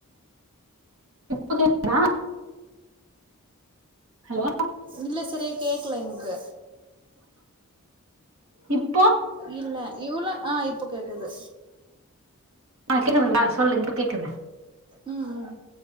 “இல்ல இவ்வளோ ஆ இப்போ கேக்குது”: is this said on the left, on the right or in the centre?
Right